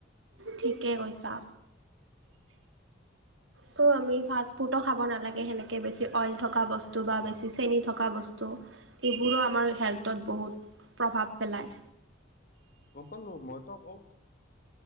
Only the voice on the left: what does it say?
গম পালো মই ত কও